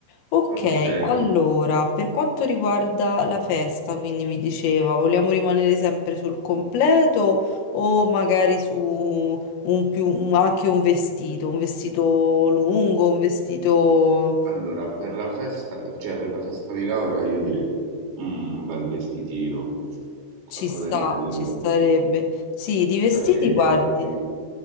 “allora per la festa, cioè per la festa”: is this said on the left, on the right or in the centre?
Right